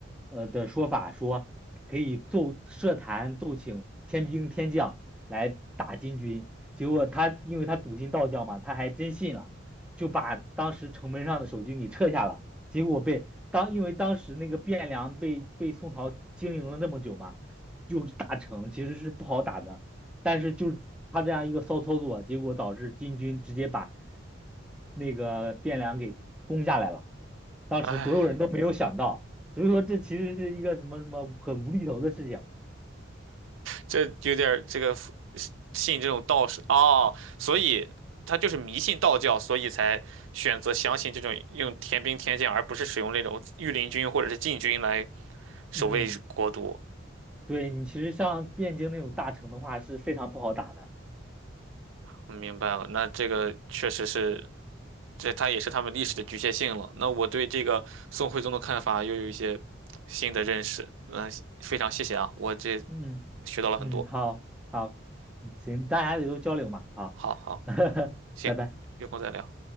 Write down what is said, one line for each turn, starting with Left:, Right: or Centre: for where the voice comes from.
Centre: 呃的说法，说可以奏设坛奏请天兵天将来打金军，结果他因为他笃信道教嘛，他还真信了，就把当时城门上的守军给撤下了，结果被当因为当时那个汴梁被被宋朝经营了那么久嘛。就是大城其实是不好打的，但是就是他这样一个骚操作，结果导致金军直接把那个汴梁给攻下来了。当时所有人都没有想到，
Right: 唉，
Centre: 所以说这其实是一个什么什么很无厘头的事情。
Right: 这有点儿这个信这种道士哦，所以他就是迷信道教，所以才选择相信这种用天兵天将，而不是使用那种御林军或者是禁军来守卫国都。
Centre: 嗯，对你其实像汴京那种大城的话是非常不好打的。
Right: 我明白了，那这个确实是，这它也是他们历史的局限性了。那我对这个宋徽宗的看法又有一些新的认识。嗯，非常谢谢啊，我这
Centre: 嗯
Right: 学到了很多。
Centre: 嗯，好好，嗯行，大家也都交流嘛，好，
Right: 好好，
Centre: <laughs>
Right: 嗯行，
Centre: 拜拜。
Right: 有空再聊。